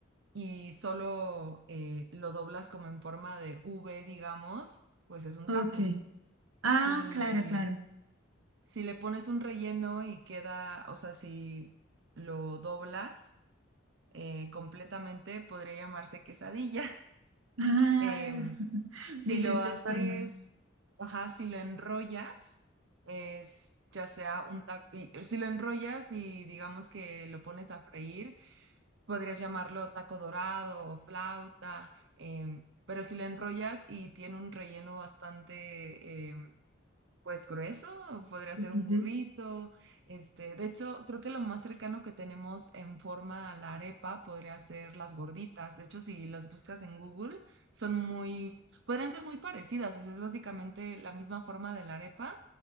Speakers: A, on the right; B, on the right.
A: y solo eh, lo doblas como en forma de V, digamos, pues es un
B: ok.
A: taco.
B: Ah,
A: Y
B: claro, claro.
A: si le pones un relleno y queda, o sea, si lo doblas eh, completamente, podría llamarse quesadilla. <laughs>
B: Ah,
A: Em,
B: <laughs>
A: si
B: de diferentes
A: lo haces,
B: formas.
A: ajá, si lo enrollas, es ya sea un taco, si lo enrollas y digamos que lo pones a freír, podrías llamarlo taco dorado o flauta, em, pero si lo enrollas y tiene un relleno bastante em, pues grueso, podría
B: Sí,
A: ser
B: sí,
A: un
B: sí.
A: burrito. Este, de hecho, creo que lo más cercano que tenemos en forma a la arepa podría ser las gorditas. De hecho, si las buscas en Google, son muy, podrían ser muy parecidas. O sea, es básicamente la misma forma de la arepa.